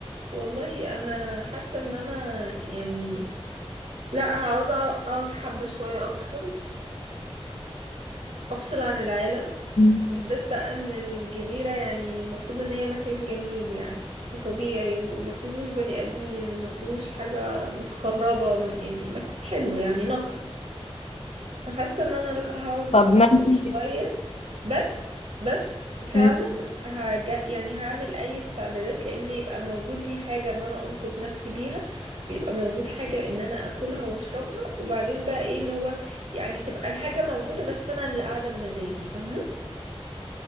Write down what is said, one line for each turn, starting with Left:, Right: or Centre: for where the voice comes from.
Right: والله انا حاسه ان انا يعني لا عاوزه اقعد حبه شويه افصل افصل عن العالم
Left: مم.
Right: بالذات بقى ان الجزيره يعني المفروض ان هي مكان جميل يعني وطبيعي وما فيهوش بني ادمين وما فيهوش حاجه متخربه وما- يعني مكان حلو يعني نقي فحاسه ان انا لا هقعد
Left: طب ما
Right: افصل شويه
Left: انتي
Right: بس بس فعلا
Left: مم.
Right: هج... يعني هعمل اي استعدادات لان يبقى موجود لي حاجة ان انا انقذ نفسي بيها ويبقى موجود حاجة ان انا اكلها واشربها وبعدين بقى ايه اللي هو يعني تبقى الحاجة موجودة بس انا اللي قاعدة بمزاجي فاهمة